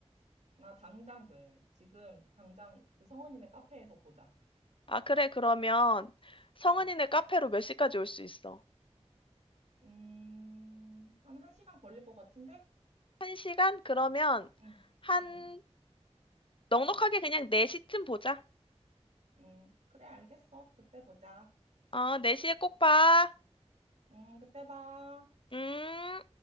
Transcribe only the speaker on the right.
나 당장 돼. 지금 당장 그 성원이네 카페에서 보자.
어,
음, 한 1시간 걸릴 것 같은데?
응,
응,
응. 그래, 알겠어. 그때 보자.
응, 그때 봐.